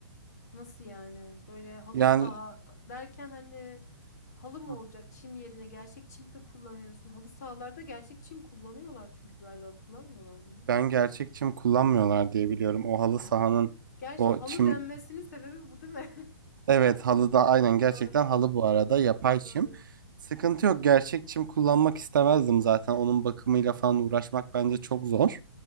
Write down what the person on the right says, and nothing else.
Yani
Hı
Ben gerçek çim kullanmıyorlar diye biliyorum. O halı
sahanın
o
çim
evet halı da aynen gerçekten
halı bu arada yapay
çim. Sıkıntı yok. Gerçek çim kullanmak istemezdim zaten. Onun bakımıyla falan uğraşmak bence çok zor.